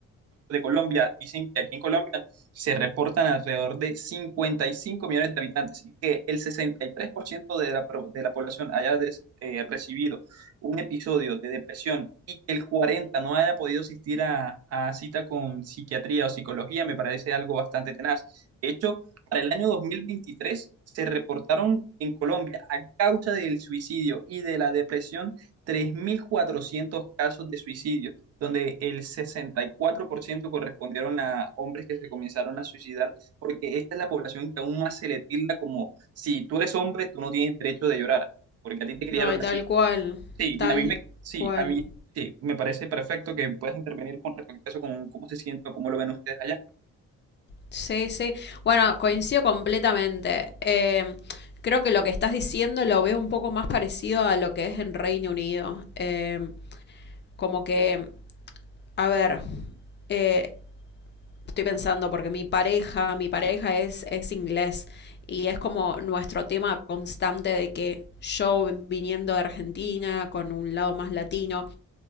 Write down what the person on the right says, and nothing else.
de Colombia. Dicen que aquí en Colombia se reportan alrededor de 55 millones de habitantes y que el 63% de la, pro- de la población haya des- eh, recibido un episodio de depresión y que el 40% no haya podido asistir a, a cita con psiquiatría o psicología, me parece algo bastante tenaz. De hecho, para el año 2023 se reportaron en Colombia a causa del suicidio y de la depresión 3.400 casos de suicidio donde el 64% correspondieron a hombres que se comenzaron a suicidar, porque esta es la población que aún más se le tilda como, si tú eres hombre, tú no tienes derecho de llorar, porque a ti te criaron
así.
Sí,
y a mí me, sí,
a mí, sí, me parece perfecto que puedas intervenir con respecto a eso, con cómo se siente, o cómo lo ven ustedes allá.